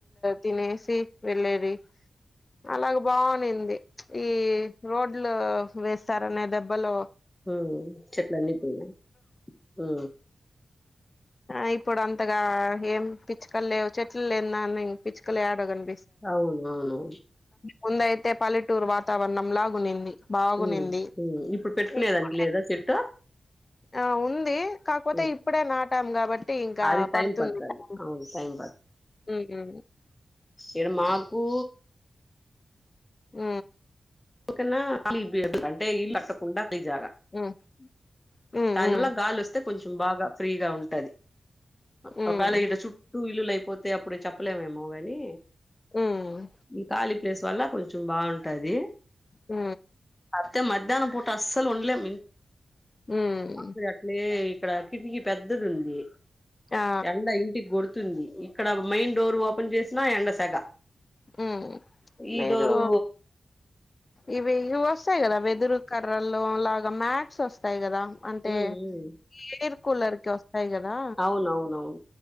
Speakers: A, on the left; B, on the left.
A: తినేసీ వెళ్లేదీ. అలాగ బావున్ ప్పింది. ఈ రోడ్లూ వేస్తారనే దెబ్బలో
B: ఊ చెట్లన్నీ పోయాయ్ ఊ
A: ఆ ఇప్పుడంతగా ఏం పిచ్చుకల్లేవ్. చెట్లు లేందాన్ని పిచ్చుకల్ యేడగన్
B: ఔవునవును.
A: ముందైతే పల్లెటూరు వాతావర్ణం లాగునింది. బాగునింది
B: హ్మ్. హ్మ్. ఇప్పుడు పెట్టుకునేదానికి
A: ఇపుడ్ లే
B: లేదా చెట్టు?
A: ఆ ఉందీ కాక్పోతే
B: హ్మ్.
A: ఇప్పుడే నాట్ తాం గాబట్ ట్టీ ఇంకా
B: అది టైం
A: పడ్తుంది
B: పడతది.
A: <inaudible>
B: అవును. టైం
A: ఊ ఊ
B: ఇడ మాకూ
A: ఊ
B: కున్నా <unintelligible> కంటే ఈల్ కట్టకుండా. లిజాగా
A: హ్మ్ హ్మ్
B: తన్నుల
A: హ్మ్
B: గాలోస్తే కొంచెం బాగా ఫ్రీగా ఉంటదీ.
A: హ్మ్
B: పపాల ఈడ చుట్టూ ఇల్లులైప్ పోతే అప్పుడు చెప్పలేమేమో ఓగై నీ
A: హ్మ్
B: ఈ కాళీ ప్లేస్ వల్ల. కొంచెం బావుంటదీ.
A: ఊ
B: తే మధ్యాహ్నం పూట అస్సల్ ఉండ్లేం.
A: హ్మ్
B: ఇప్పుడట్లే ఇక్కడా కిటికి పెద్దదుందీ.
A: ఆ
B: ఎండ ఇంటిక్ గొడుత్ తుంది. ఇక్కడ మైన్ డోరు ఓపెన్ జేసినా, ఎండసెగ.
A: హ్మ్
B: ఈడోరూ
A: మీరు ఇవి ఇవ్వొస్తయ్ గదా, వెదురు కర్ ల్లో లాగ మ్యాట్స్ వస్తాయ్ గదా? అంటే,
B: ఉమ్ ఉమ్
A: ఈ ఎయిర్ కూలర్కొస్తయ్ గదా.
B: అవునవునవును